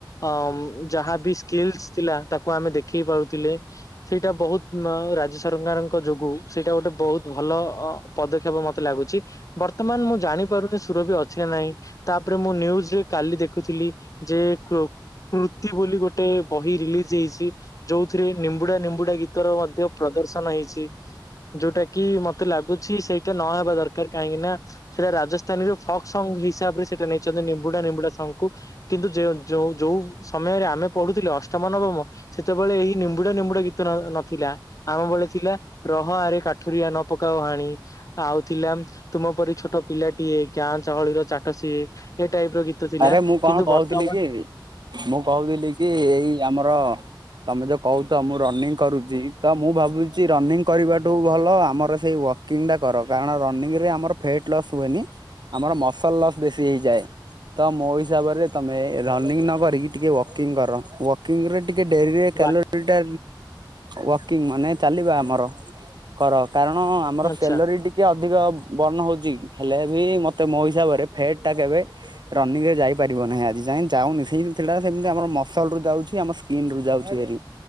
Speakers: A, on the left; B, on the right.
A: ଆମ ଯାହାବି ସ୍କିଲ୍ସ୍ ଥିଲା ତାକୁ ଆମେ ଦେଖେଇ ପାରୁଥିଲେ ସେଇଟା ବହୁତ ନାଁ ରାଜ୍ୟ ସରକାରଙ୍କ ଯୋଗୁ ସେଇଟା ଗୋଟେ ବହୁତ ଭଲ ଅ ପଦକ୍ଷେପ ମତେ ଲାଗୁଚି ବର୍ତ୍ତମାନ ମୁଁ ଜାଣିପାରୁନି ସୁରଭି ଅଛି ନା ନାହିଁ ତାପରେ ମୁଁ ନିଉଜ କାଲି ଦେଖୁଥିଲି ଯେ କୃ କୃତି ବୋଲି ଗୋଟେ ବହି ରିଲିଜ ହେଇଚି ଯୋଉଥିରେ ନିମ୍ବୁଡା ନିମ୍ବୁଡା ଗୀତର ମଧ୍ୟ ପ୍ରଦର୍ଶନ ହେଇଚି ଯୋଉଟା କି ମତେ ଲାଗୁଛି ସେଇଟା ନହେବା ଦରକାର କାହିଁକି ନା ସେଇଟା ରାଜସ୍ଥାନୀରେ ଫକ୍ ସଙ୍ଗ ହିସାବରେ ସେଟା ନେଇଛନ୍ତି ନିମ୍ବୁଡା ନିମ୍ବୁଡା ସଙ୍ଗ କୁ କିନ୍ତୁ ଯେ -ଯୋଉ ଯୋଉ ସମୟରେ ଆମେ ପଢୁଥିଲେ ଅଷ୍ଟମ ନବମ ସେତେବେଳେ ଏହି ନିମ୍ବୁଡା ନିମ୍ବୁଡା ଗୀତ ନଥିଲା। ଆମ ବେଳେ ଥିଲା ରହ ଆରେ କାଠୁରିଆ ନ ପକାଅ ହାଣି ଆଉ ଥିଲା ତୁମ ପରି ଛୋଟ ପିଲାଟିଏ ଗାଁ ଚହଳିର ଚାଟ ସିଏ। ଏ ଟାଇପ ର ଗୀତ ଥିଲା
B: ଆରେ ମୁଁ କଣ
A: କିନ୍ତୁ
B: କହୁଥିଲି
A: ବର୍ତ୍ତମାନ
B: କି ମୁଁ କହୁଥିଲି କି ଏଇ ଆମର ତମେ ଯୋଉ କହୁଛ ମୁଁ ରନିଙ୍ଗ କରୁଛି ତ ମୁଁ ଭାବୁଛି ରନିଙ୍ଗ କରିବାଠୁ ଭଲ ଆମର ସେଇ ୱା ୱାକିଙ୍ଗ ଟା କର କାରଣ ରନିଙ୍ଗ ରେ ଆମର ଫେଟ୍ ଲସ୍ ହୁଏନି ଆମର ମସଲ୍ ଲସ୍ ବେଶୀ ହୋଇଯାଏ। ତ ମୋ ହିସାବରେ ତମେ ରନିଙ୍ଗ ନ କରିକି ଟିକେ ୱାକିଙ୍ଗ କର ୱାକିଙ୍ଗ ରେ ଟିକେ ଡେରିରେ କାଲୋରୀ
A: ବା
B: ଟା ୱାକିଙ୍ଗ ମାନେ ଚାଲିବା ଆମର କର କାରଣ ଆମର
A: ଆଚ୍ଛା
B: କ୍ୟାଲୋରୀ ଟି କି ଅଧିକ ବର୍ଣ୍ଣ ହଉଛି କି ହେଲେ ବି ମୋତେ ମୋ ହିସାବରେ ଫେଟ ଟା କେବେ ରନିଙ୍ଗ ରେ ଯାଇପାରିବ ନାହିଁ ଆଜି ଯାଇଁ ଯାଉନି ସେଇ ଜିନିଷ ଟା ସେମିତି ଆମର ମସଲ ଯାଉଛି ଆମ ସ୍କିନ ଯାଉଛି ଭାରି